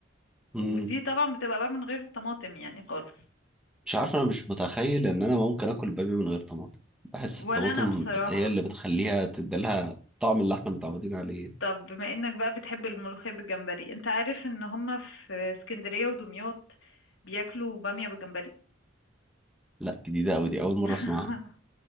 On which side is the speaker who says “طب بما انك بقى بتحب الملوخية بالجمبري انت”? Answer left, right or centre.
Left